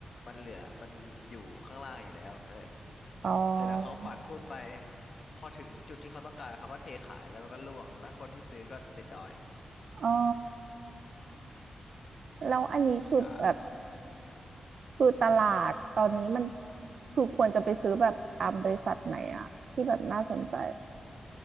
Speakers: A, on the left (about 55°); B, on the right (about 70°).
A: มันเหลือมันอยู่ข้างล่างอยู่แล้วเออ
B: อ๋อ
A: เสร็จแล้วเขาปั่นหุ้นไปพอถึงจุดที่เขาต้องการเขาก็เทขายแล้วมันก็ร่วงแล้วคนที่ซื้อก็ติดดอย
B: อ๋อแล้วอันนี้คือแบบ
A: ใช่
B: คือตลาดตอนนี้มันคือควรจะไปซื้อแบบตามบริษัทไหนอะที่แบบน่าสนใจ